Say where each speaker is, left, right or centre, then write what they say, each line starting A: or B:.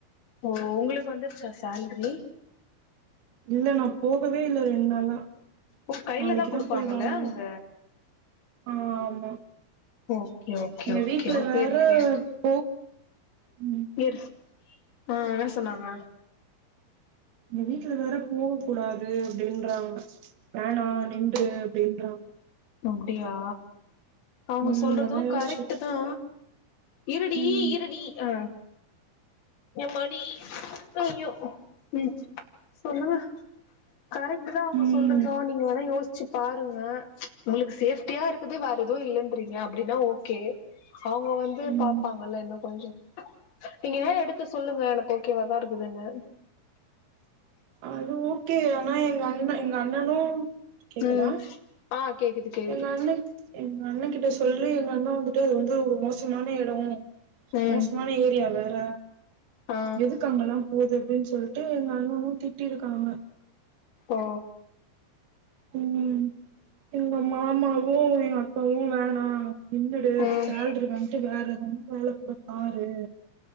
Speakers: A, on the left; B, on the right.
A: ஓ உங்களுக்கு வந்துருச்சா சேல்ரி
B: இல்ல நா போகவே இல்ல ரெண் நாளா
A: உன் கையில
B: நாளைக்குதா
A: தா குடுப்பாங்கல்ல
B: போய் வாங்கணு
A: அங்க
B: ஆமா
A: ஓகே ஓகே
B: எங்க
A: ஓகே
B: வீட்ல வேற
A: <unintelligible>
B: <unintelligible> ம்
A: <unintelligible> ஆ என் சொன்னாங்க
B: எங்க வீட்டுல வர வர போக கூடாது அப்டின்றாங்க வேணா நின்று அப்டின்றாங்க
A: அப்டியா அவுங்க
B: ம்
A: சொல்றது
B: அதா யோசிச்சுட்டு
A: கரெக்ட் தா இருடி
B: ம்
A: இருடி ஆ எம்மாடி ஐயோ ம் சொல்லுங்க கரெக்ட் தா அவுங்க
B: ம்
A: சொல்றது நீங்க வேணா யோசி சிப் பாருங்க உங்களுக்கு சேஃப்ட்டியா இருக்குது வேற எதுவு இல்லன்றீங்க அப்டின்னா ஓகே அவுங்க வந்து
B: ம்
A: பாப்பாங்கல்ல இன்னோ கொஞ்சோ நீங்களே எடுத்து சொல்லுங்க எனக்கு ஓகேவாதா இருக்குதுன்னு
B: அது ஓகே ஆனா எங்க அண்ண எங்க அண்ணனும் கேக்குதா
A: ம் ஆ கேக்குது கேக்குது
B: எங்க அண்ண எங்க அண்ண கிட்ட சொல்லி எங்க அண்ண வந்துட்டு அது வந்து ஒரு மோசமான எடம்
A: ம்
B: மோசமான ஏரியா வேற
A: ஆ
B: எதுக்காங்கலா போகுதுன் சொல்ட்டு எங்க அண்ணனு திட்டிருக்காங்க
A: ஓ
B: ம் எங்க மாமாவு எங்க அக்காவு வேணா நின்னுடு
A: ம்
B: சேல்ரி வாங்கிட்டு வேற எதானா வேல கூட பாரு